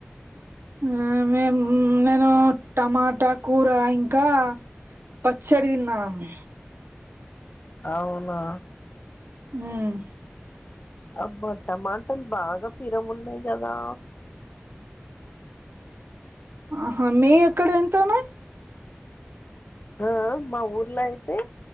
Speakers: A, on the right (about 75°); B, on the left (about 45°).
A: ఆ మేమ్ మేము టమాటా కూర ఇంకా పచ్చడి తిన్నాము
B: అవునా
A: ఉమ్
B: అబ్బా టమాటాలు బాగా పిరం ఉన్నాయి కదా
A: ఆహా మీ అక్కడ ఎంతున్నాయి
B: ఆ ఆ మా ఊర్లో అయితే